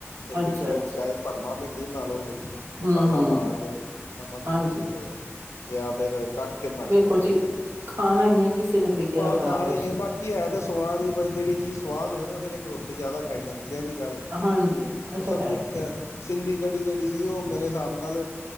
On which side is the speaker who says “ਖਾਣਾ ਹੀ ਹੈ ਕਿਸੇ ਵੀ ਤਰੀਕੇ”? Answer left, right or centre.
Right